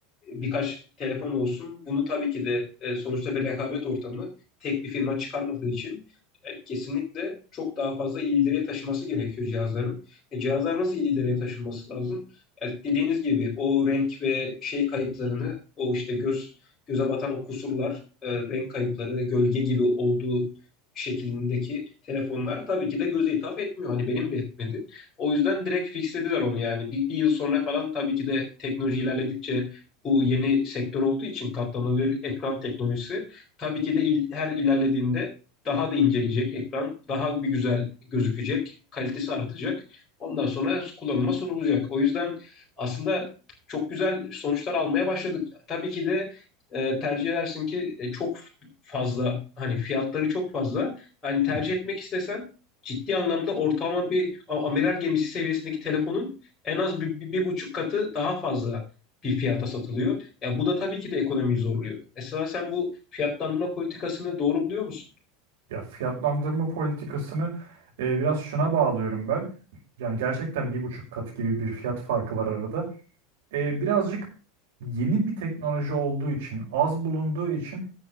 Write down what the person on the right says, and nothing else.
Hı hı.
Ya fiyatlandırma politikasını e, biraz şuna bağlıyorum ben. Yani gerçekten bir buçuk kat gibi bir fiyat farkı var arada. E, birazcık yeni bir teknoloji olduğu için, az bulunduğu için